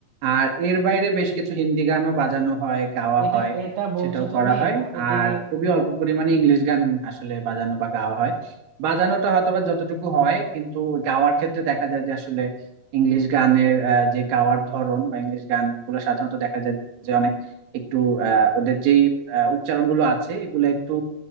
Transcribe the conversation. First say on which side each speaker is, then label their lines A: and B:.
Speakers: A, on the right; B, on the right.
A: আর এর বাইরে বেশ কিছু হিন্দি গানও বাজানো হয় গাওয়া
B: এটা
A: হয়
B: এটা বলছো
A: সেটাও
B: তুমি
A: করা হয়
B: আ, এদিকে
A: আর খুবই অল্প পরিমাণে ইংলিশ গান আসলে বাজানো বা গাওয়া হয় বাজানোটা হয়তো বা যতটুকু হয় কিন্তু গাওয়ার ক্ষেত্রে দেখা যায় যে আসলে ইংলিশ গানের আহ, যে গাওয়ার ধরন বা ইংলিশ গানগুলো সাধারণত দেখা যায় যে অনেক একটু আহ, ওদের যেই আহ, উচ্চারণগুলো আছে এগুলো একটু